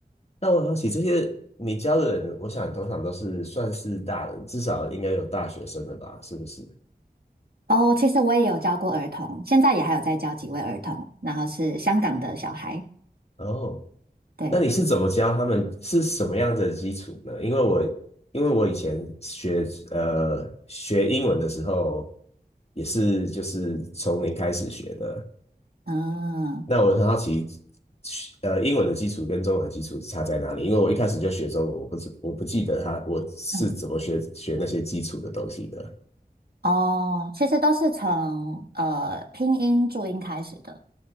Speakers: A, on the left; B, on the right.
A: 那我好起这些你教的人，我想通常都是算是大人，至少应该有大学生的吧？是不是？
B: 哦，其实我也有教过儿童，现在也还有在教几位儿童，然后是香港的小孩。
A: 哦
B: 对，
A: 那你是怎么教他们？是什么样子的基础呢？因为我因为我以前学呃学英文的时候，也是就是从零开始学的。
B: 嗯
A: 那我很好奇，呃，英文的基础跟中文的基础差在哪里？因为我一开始就学中文，我不知我不记得他我是怎么学学那些基础的东西的。
B: 嗯，哦，其实都是从呃拼音注音开始的。